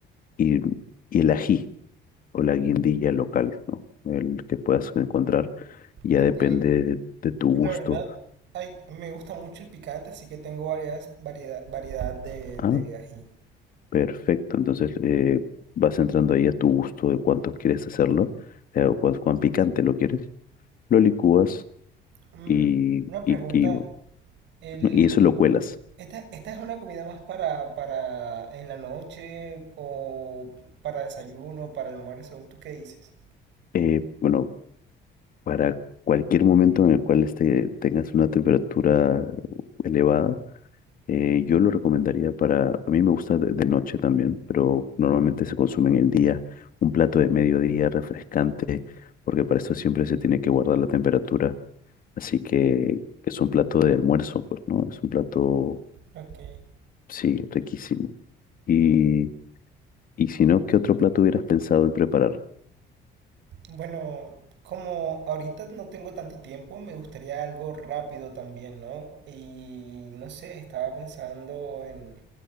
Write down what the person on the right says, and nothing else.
ok.
La verdad, ay, me gusta mucho el picante, así que tengo varias variedad, variedad de,
de ají.
Mm,
una pregunta,
el,
esta, ¿esta es una comida más para, para en la noche o para desayuno, para almuerzo? ¿Tú qué dices?
Ok.
Bueno, como ahorita no tengo tanto tiempo, me gustaría algo rápido también, ¿no? Y no sé, estaba pensando en,